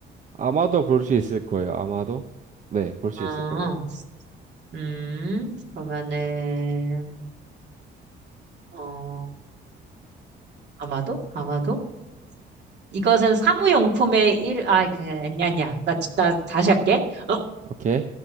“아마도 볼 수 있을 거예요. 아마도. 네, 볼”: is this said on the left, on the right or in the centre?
Right